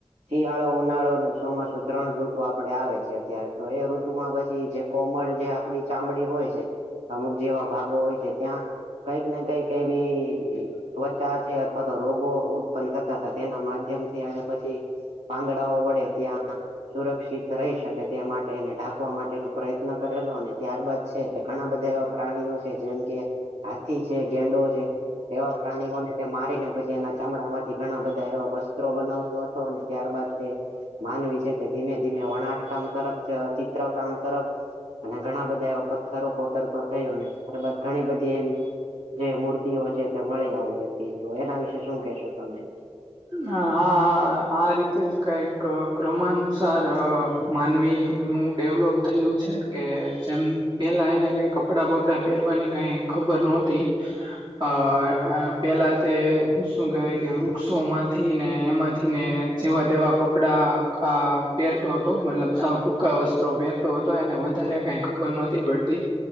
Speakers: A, on the right; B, on the right.
A: શિયાળો ઉનાળો અને ચોમાસું ત્રણ ઋતુ આપ આપડે આવે છે અત્યારે તો એ ઋતુમાં પછી જે કોમળ જે આપડી ચામડી હોય છે. અમુક જેવા ભાગો હોય છે ત્યાં કઈક ને કઈક એવી ત્વચા છે અથવા તો રોગો ઉત્પન્ન થતા તેના માધ્યમથી અને પછી પાંદડાઓ વડે ત્યાં સુરક્ષિત રહી શકે તે માટે એને ઢાંકવા માટેનો પ્રયત્ન કરેલો અને ત્યારબાદ છે તે ઘણા બધા પ્રાણીઓ છે જેમ કે હાથી છે ગેંડો છે એવા પ્રાણીઓને મારીને પછી એના ચામડા માંથી ઘણા બધા એવા વસ્ત્રો બનાવતો હતો અને ત્યારબાદ તે માનવી છે તે ધીમે વણાટ કામ તરફ ચિત્ર કામ તરફ અને ઘણા બધા એવા પથ્થરો કોતરતો થયો ને અબ ઘણી બધી એવી જે મૂર્તિઓ છે તે મળી આવી હતી તો એના વિશે શું કેહેશો તમે
B: હ હા આ રીતે જ કઈક ક્રમાનુસાર માનવી નું ડેવલોપ થયું છે કે જેમ પેલા એને કઈ કડા બબડા પહેરવાની કઈ ખબર નહોતી અ પેલા તે હું શું કહેવાય કે શો માંથી ને એમાંથી ને જેવા તેવા કપડા પહેરતો હતો મતલબ સાઉ ટૂંકા વસ્ત્રો પહેરતો હતો એને વધારે કઈ ખબર નહતી પડતી